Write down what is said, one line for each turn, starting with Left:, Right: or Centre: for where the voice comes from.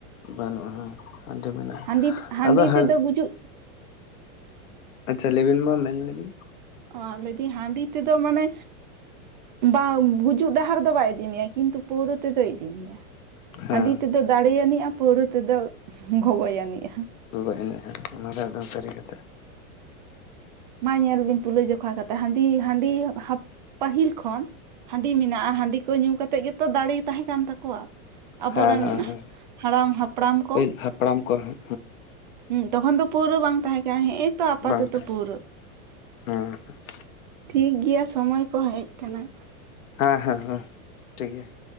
Left: ᱵᱟᱹᱱᱩᱜᱼᱟ ᱦᱮᱸ ᱦᱟᱺᱰᱮ ᱢᱮᱱᱟᱜᱼᱟ
Right: ᱦᱟᱺᱰᱤ ᱦᱟᱺᱰᱤ
Left: ᱟᱫᱚ ᱦᱟ
Right: ᱛᱮᱫᱚ ᱜᱩᱡᱩᱜ
Left: ᱟᱪᱪᱷᱟ ᱞᱮᱵᱤᱱ ᱢᱟ ᱢᱮᱱ ᱞᱮᱵᱤᱱ
Right: ᱚ ᱞᱟᱹᱭᱫᱤᱧ ᱦᱟᱺᱰᱤ ᱛᱮᱫᱚ ᱢᱟᱱᱮ, ᱵᱟᱢ ᱜᱩᱡᱩᱜ ᱰᱟᱦᱟᱨ ᱫᱚ ᱵᱟᱭ ᱤᱫᱤ ᱢᱮᱭᱟ ᱠᱤᱱᱛᱩ ᱯᱟᱹᱣᱨᱟᱹ ᱛᱮᱫᱚᱭ ᱤᱫᱤ ᱢᱮᱭᱟ ᱾
Left: ᱦᱮᱸ
Right: ᱦᱟᱺᱰᱤ ᱛᱮᱫᱚ ᱫᱟᱲᱮ ᱟᱹᱱᱤᱜᱼᱟ ᱯᱟᱹᱣᱨᱟᱹ ᱛᱮᱫᱚ ᱜᱚᱜᱚᱡ ᱟᱹᱱᱤᱡᱼᱟ᱾
Left: ᱜᱚᱜᱚᱡ ᱟᱱᱤᱡᱟ ᱚᱱᱟ ᱫᱚ ᱮᱠᱫᱚᱢ ᱥᱟᱹᱨᱤ ᱠᱟᱛᱷᱟ᱾
Right: ᱢᱟ ᱧᱮᱞ ᱵᱤᱱ ᱛᱩᱞᱟᱹᱡᱚᱠᱷᱟ ᱠᱟᱛᱮᱫ ᱦᱟᱺᱰᱤ ᱦᱟᱺᱰᱤ ᱯᱟᱹᱦᱤᱞ ᱠᱷᱚᱱ ᱦᱟᱺᱰᱤ ᱢᱮᱱᱟᱜᱼᱟ ᱦᱟᱺᱰᱤ ᱠᱚ ᱧᱩ ᱠᱟᱛᱮᱫ ᱜᱮᱛᱚ ᱫᱟᱲᱮ ᱛᱟᱦᱮᱸ ᱠᱟᱱ ᱛᱟᱠᱚᱣᱟ᱾ ᱟᱵᱚᱨᱮᱱ
Left: ᱦᱮᱸ ᱦᱮᱸ ᱦᱮᱸ
Right: ᱦᱟᱲᱟᱢ ᱦᱟᱯᱲᱟᱢ ᱠᱚ
Left: ᱯᱟᱹᱦᱤᱞ ᱦᱟᱯᱲᱟᱢ ᱠᱚ ᱦᱮᱸ
Right: ᱦᱩᱸ ᱛᱚᱠᱷᱚᱱ ᱫᱚ ᱯᱩᱣᱨᱟᱹ ᱵᱟᱝ ᱛᱟᱦᱮᱸ ᱠᱟᱱᱟ ᱦᱮᱜ ᱮᱛᱚ ᱟᱯᱟᱛᱚᱛᱚ
Left: ᱵᱟᱝ ᱛᱟᱦᱮᱸ
Right: ᱯᱩᱣᱨᱟ.
Left: ᱦᱮᱸ ᱾
Right: ᱴᱷᱤᱠᱜᱮᱭᱟ ᱥᱚᱢᱚᱭ ᱠᱚ ᱦᱮᱡ ᱠᱟᱱᱟ ᱾
Left: ᱦᱮᱸ ᱦᱮᱸ ᱦᱮᱸ ᱴᱷᱤᱠ ᱜᱮᱭᱟ ᱾